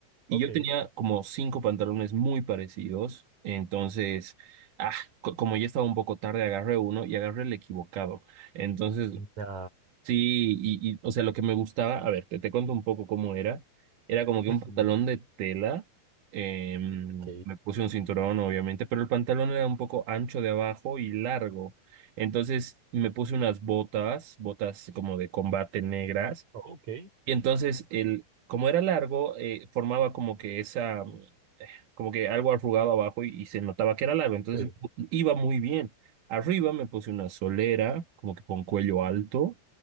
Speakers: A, on the right (about 60°); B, on the right (about 40°).
A: Y
B: ok.
A: yo tenía como cinco pantalones muy parecidos. Entonces, ah, co- como ya estaba un poco tarde, agarré uno y agarré el equivocado. Entonces,
B: ya,
A: Sí, y, y, o sea, lo que me gustaba, a ver, te, te cuento un poco cómo era. Era como que
B: Ujú,
A: un pantalón de tela, em,
B: Ok,
A: me puse un cinturón, obviamente, pero el pantalón era un poco ancho de abajo y largo. Entonces me puse unas botas, botas como de combate negras.
B: ok.
A: Y entonces, el, como era largo, eh, formaba como que esa, como que algo arrugado abajo y, y se notaba que era largo, entonces
B: Sí,
A: iba muy bien. Arriba me puse una solera, como que con cuello alto,